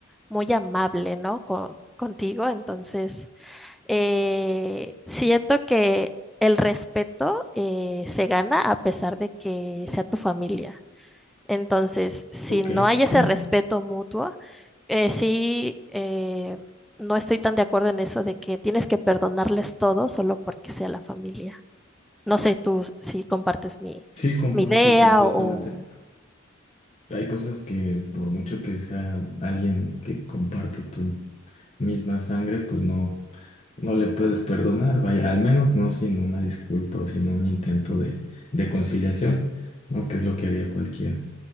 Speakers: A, in the centre; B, on the left (about 30°).
A: muy amable, ¿no? co- contigo, entonces eh, siento que el respeto eh, se gana a pesar de que sea tu familia. Entonces, si
B: Ok,
A: no hay
B: sí.
A: ese respeto mutuo, eh, sí, eh, no estoy tan de acuerdo en eso de que tienes que perdonarles todo solo porque sea la familia. No sé tú si compartes mi,
B: Sí, comparto
A: mi idea
B: completamente.
A: o...
B: Hay cosas que por mucho que sea alguien que comparta tu misma sangre, pues no. No le puedes perdonar, vaya, al menos no sin una disculpa o sin un intento de, de conciliación, ¿no? Que es lo que haría cualquier,